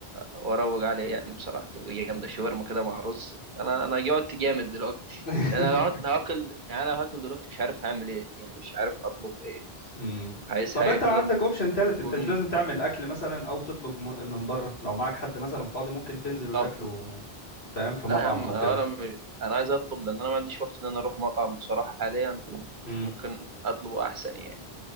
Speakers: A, on the right; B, on the left.
A: واروج عليه يعني بصراحه تبقى جامده شاورما كده مع رز انا انا جوعت جامد دلوقتي
B: <laughs>
A: يعني انا لو هقعد- لو هاكل يعني انا لو هاكل دلوقتي مش عارف هعمل ايه يعني مش عارف اطلب ايه
B: مم.
A: عايز
B: طب
A: حاجه
B: انت
A: كده
B: عندك اوبشن تالت
A: تكون
B: انت مش لازم تعمل اكل مثلا او تطلب م- من بره لو معاك حد مثلا فاضي ممكن تنزل وتاكله
A: طب
B: فاهم في مطعم
A: لا يا عم
B: او
A: انا
B: كده
A: م... انا عايز اطلب لان انا ما عنديش وقت ان انا اروح مطعم بصراحه حاليا
B: امم
A: ممكن اطلبه احسن يعني